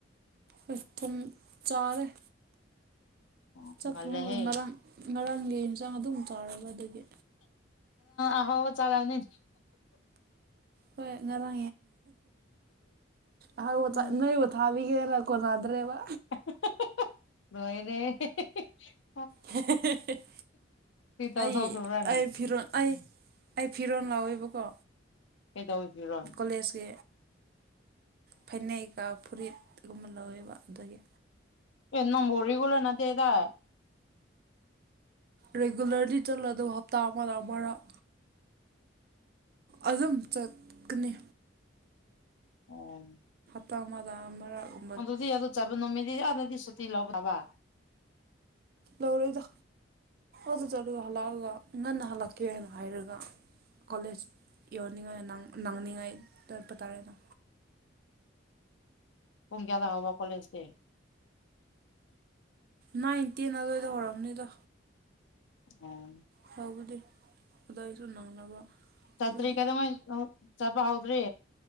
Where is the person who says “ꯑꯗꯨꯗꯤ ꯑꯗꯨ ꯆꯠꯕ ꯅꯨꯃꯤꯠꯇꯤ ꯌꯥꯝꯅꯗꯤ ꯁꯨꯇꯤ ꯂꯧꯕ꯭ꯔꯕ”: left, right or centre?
Left